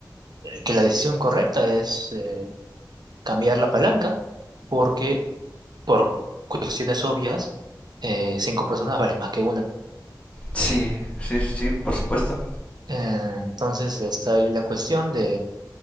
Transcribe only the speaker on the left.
Sí, sí, sí, sí, por supuesto.